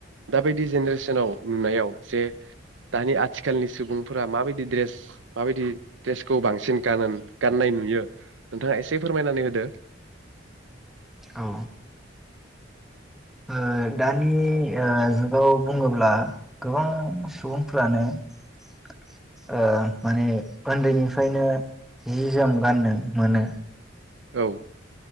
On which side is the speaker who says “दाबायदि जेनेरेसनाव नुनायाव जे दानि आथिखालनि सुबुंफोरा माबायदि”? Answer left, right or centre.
Right